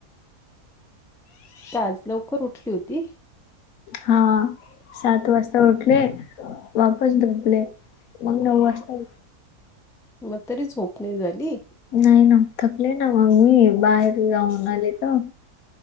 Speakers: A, in the centre; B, on the left.
A: त्याच लोक. करून ठेवती.
B: हा सात वाजता उठले वापस
A: हं,
B: झोपले. मग नऊ वाजता
A: मग तरी झोप नाही झाली.
B: नाही ना थकले ना मग मी बाहेर जाऊन आले तर.